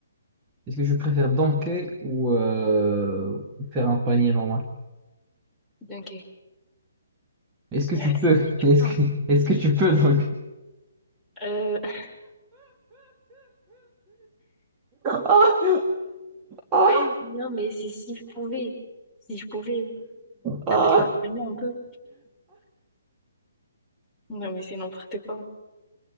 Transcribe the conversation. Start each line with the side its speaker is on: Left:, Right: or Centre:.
Right: Est-ce que tu préfères dunker ou euh, faire un panier normal?
Centre: Dunker.
Right: Est-ce que tu
Centre: Ah, c'est
Right: peux?
Centre: épuisant.
Right: <laughs> Est-ce que, est-ce que tu peux dunker? <laughs>
Centre: Euh, <laughs>
Right: Ah, ah,
Centre: ouais, non, mais c'est si je pouvais. Si je pouvais.
Right: ah,
Centre: Avec l'entraînement, on peut. Non, mais c'est n'importe quoi.